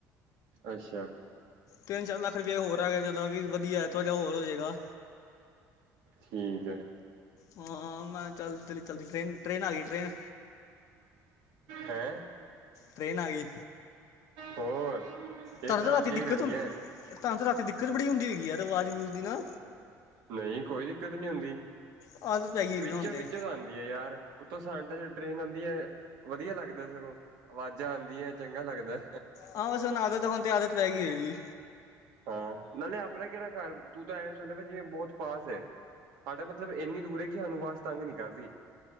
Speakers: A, on the right (about 80°); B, on the left (about 60°).
A: ਅੱਛਾ।
B: ਤਿੰਨ ਚਾਰ ਲੱਖ ਰੁਪਏ ਹੋਰ ਆ ਗਿਆ ਚੱਲ ਵੀ ਵਧੀਆ ਥੋੜ੍ਹਾ ਜਿਹਾ ਹੋਰ ਹੋ ਜਾਏਗਾ।
A: ਠੀਕ ਹੈ।
B: ਹਾਂ ਮੈਂ ਕਿਹਾ ਚੱਲ ਚੱਲਦੀ ਟਨ ਟ੍ਰੇਨ ਆ ਗਈ ਟ੍ਰੇਨ
A: ਹੈਂ!
B: ਟ੍ਰੇਨ ਆਗੀ।
A: ਹੋਰ
B: ਤੁਹਾਨੂੰ
A: ਇਹ ਤਾਂ
B: ਰਾਤੀ
A: ਆਉਂਦੀਆਂ
B: ਦਿੱਕਤ
A: ਹੀ ਰਹਿੰਦੀਆਂ
B: ਹੁੰ ਤੁਹਾਨੂੰ ਰਾਤੀ ਦਿੱਕਤ ਬੜੀ ਹੁੰਦੀ ਹੈਗੀ ਯਾਰ ਆਵਾਜ਼ ਆਵੁਜ਼ ਦੀ ਨਾ
A: ਨਹੀਂ ਕੋਈ ਦਿੱਕਤ ਨੀ ਹੁੰਦੀ
B: ਆਦਤ ਪੈ ਗਈ ਹੈਗੀ
A: ਵਿੱਚੋਂ
B: ਨਾ ਹੁਣ ਤੇ
A: ਵਿੱਚ ਤਾਂ ਆਉਂਦੀ ਆ ਯਾਰ ਉਤੋਂ ਸੁੰਡੇ ਟ੍ਰੇਨ ਆਉਂਦੀ ਹੈ ਵਧੀਆ ਲੱਗਦਾ ਸਗੋਂ ਆਵਾਜ਼ਾਂ ਆਉਂਦੀਆਂ ਚੰਗਾ ਲੱਗਦਾ
B: ਹਾਂ ਬਸ ਹੁਣ ਆਦਤ ਹੁਣ ਤੇ ਆਦਤ ਪੈ ਗਈ ਹੈ ਜੀ
A: ਹਾਂ ਨਾਲੇ ਆਪਣਾ ਕਿਹੜਾ ਘਰ ਤੂੰ ਤਾਂ ਐਵੇਂ ਸੁਣਿਆ ਜਿਵੇਂ ਬਹੁਤ ਪਾਸ ਹੈ ਸਾਡਾ ਮਤਲਬ ਇੰਨੀ ਦੂਰ ਹੈ ਕਿ ਸਾਨੂੰ ਆਵਾਜ ਤੰਗ ਨੀ ਕਰਦੀ।